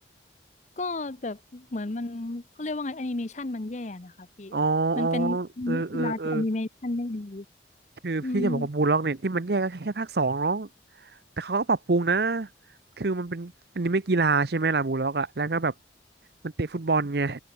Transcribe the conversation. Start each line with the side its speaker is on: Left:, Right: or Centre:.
Left: ก็แบบเหมือนมันเขาเรียกว่าไงแอนิเมชันมันแย่นะคะพี่
Right: อ๋ออ๋อ
Left: มันเป็น
Right: เออเออเออ
Left: กีฬาที่แอนิเมชันไม่ดี
Right: คือพี่จะบอกว่าบูลล็อกเนี่ยที่มันแยกก็แค่ภาคสองน้อง
Left: อืม
Right: แต่เขาก็ปรับปรุงนะคือมันเป็นอันนี้ไม่กีฬาใช่ไหมล่ะบูลล็อกอะแล้วก็แบบมันเตะฟุตบอลไง